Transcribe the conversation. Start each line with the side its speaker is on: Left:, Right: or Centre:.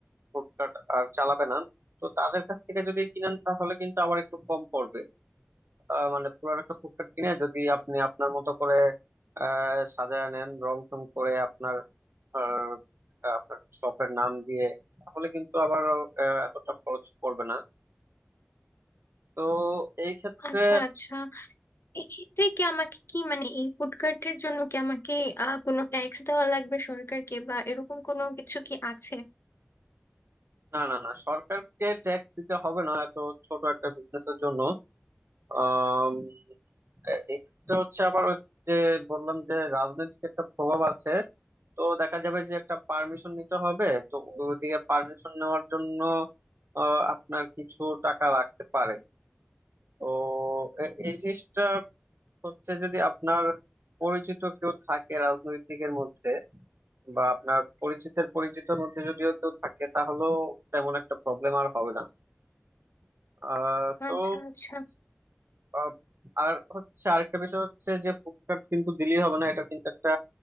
Right: ফুডকার্ট আর চালাবে না তো তাদের কাছ থেকে যদি কিনেন তাহলে কিন্তু আবার একটু কম পড়বে আহ, মানে পুরান একটা ফুডকার্ট কিনে যদি আপনি আপনার মতো করে আহ সাজায় নেন রং টং করে আপনার আহ, আপনার শপের নাম দিয়ে তাহলে কিন্তু আবার আহ, এতটা খরচ পড়বে না তো এই ক্ষেত্রে
Left: আচ্ছা আচ্ছা এক্ষেত্রে কি আমাকে কি মানে এই ফুড কার্টের জন্য কি আমাকে আহ কোনো ট্যাক্স দেওয়া লাগবে সরকারকে বা এরকম কোনো কিছু কি আছে
Right: না না না সরকারকে ট্যাক্স দিতে হবে না এত ছোট একটা বিজনেসের জন্য আম, এ- এটা হচ্ছে আবার ওই যে বললাম যে রাজনৈতিক একটা প্রভাব আছে তো দেখা যাবে যে একটা পারমিশন নিতে হবে তো ওদিকে পারমিশন নেওয়ার জন্য আহ, আপনার কিছু টাকা লাগতে পারে তো এ- এই জিনিসটা হচ্ছে যদি আপনার পরিচিত কেউ থাকে রাজনৈতিকের মধ্যে বা আপনার পরিচিতের পরিচিতের মধ্যে যদিও কেউ থাকে তাহলেও তেমন একটা প্রবলেম আর হবে না আহ তো
Left: আচ্ছা আচ্ছা
Right: আহ, আর হচ্ছে আরেকটা বিষয় হচ্ছে যে ফুডকার্ট কিন্তু দিলেই হবে না এটা কিন্তু একটা